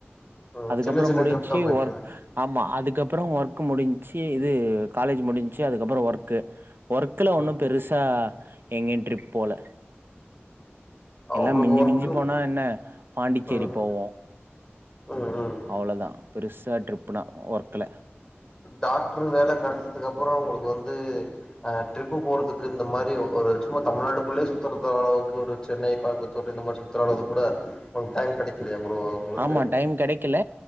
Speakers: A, on the left (about 15°); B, on the right (about 55°).
A: ம்
B: அதுக்கப்புறம்
A: சின்ன சின்ன
B: முடிஞ்சு
A: ட்ரிப் தா போயிருக்கீங்களா
B: ஒர்க் ஆமா அதுக்கப்புறம் அப்றம் ஒர்க் முடிஞ்சு இது காலேஜ் முடிஞ்சு அதுக்கப்பறம் ஒர்க்கு ஒர்க்கல
A: ம்
B: ஒன்னும் பெருசா எங்லையும் டிரிப் போல எல்லாம்
A: உங்களுக்கு
B: மிஞ்சி
A: ஒர்க்கு
B: மிஞ்சி போனா என்ன பாண்டிச்சேரி
A: ம்
B: போவோம்
A: ம் ம்
B: அவ்ளவுதான் பெருசா டிரிப்னா ஒர்க் கலே
A: டாக்டர் வேலை கேடைச்சதுக்கப்புறம் உங்களுக்கு வந்து டிரிப் போறதுக்கு இந்த மாதிரி ஒரு சும்மா தமிழ்நாட்டுக்குள்ள சுத்துற அளவுக்கு ஒரு சென்னை கோயம்புத்தூர் இந்த மாதிரி சுத்துற அளவுக்கு கூட கிடைக்கலையா ப்ரோ உங்களுக்கு
B: ஆமா டைம் கிடைக்கல